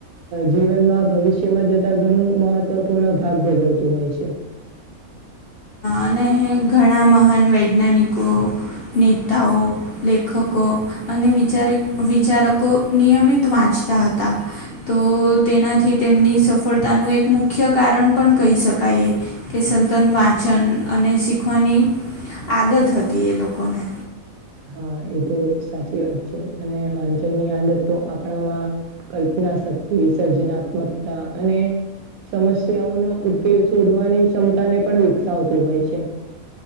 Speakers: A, on the right; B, on the left.
A: જીવનમાં ભવિષ્યમાં જતા ઘણું મહત્વપૂર્ણ ભાગ ભજવતું હોય છે.
B: અને ઘણા મહાન વૈજ્ઞાનિકો, નેતાઓ, લેખકો અને વિચારી વિચારકો નિયમિત વાંચતા હતા. તો તેનાથી તેમની સફળતાનું એક મુખ્ય કારણ પણ કહી શકાય. કે સંતન વાંચન અને શીખવાની આદત હતી એ લોકોને
A: હા એ તો સાચી વાત છે અને વાંચન ની આદત તો આપણામાં કલ્પના શક્તિ સર્જનાત્મકતા અને સમસ્યાઓનો ઉકેલ શોધવાની ક્ષમતાને પણ વિકસાવતું હોય છે